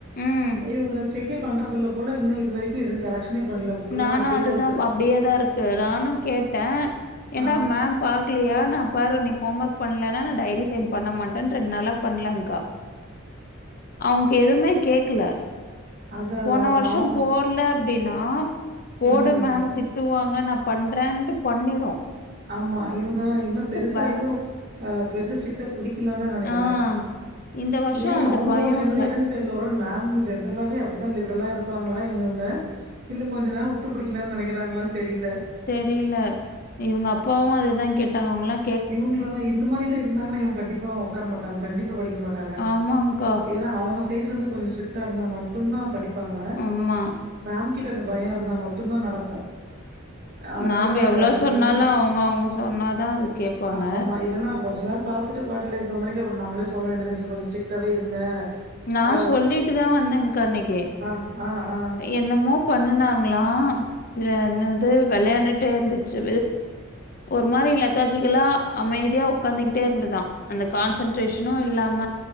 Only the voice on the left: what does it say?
ம்.
நானு
அதுதா
அப்படியேதா இருக்கு நானு கேட்டே ஏடா
மேம் பாக் க்லியா நா பாரு நீ ஹோம் ஒர்க் பண்ணலனா நா டைரி சைன் பண்ண மாட்டே ரெண்டு நாளா பண்ணலங்கா அவங்க எதுவுமே கேக்கல
போன
வருஷோ
போ இல்ல அப்படினா போடு
மேம் திட்டுவாங்க நா பண்றேன்ட்டு பண்ணிரு
வாஸ்
ஆ இந்த வருஷோ
அந்த
பயோ
இல்ல
தெரியல இவங்க அப்பாவு அதேதா கேட்டாங்க அவங்களா
ஆமாங்க்கா
ஆமா
நாம எவ்ளோ சொன்னாலு
அவங்க அவங்க சொன்னாதா அது கேப்பாங்க
நா
சொல்லிட்டு தா வந்தேன் கான அன்னைக்கி
என்னமோ பண்ணனாங்களா என்னது வெளையாண்டுட்டே இருந்துச்சு ஒரு மாரி லததாஜிகளா அமைதியா உட்காந்துகிட்டே இருந்ததா அந்த கான்சன்ட்ரேஷனு இல்லாம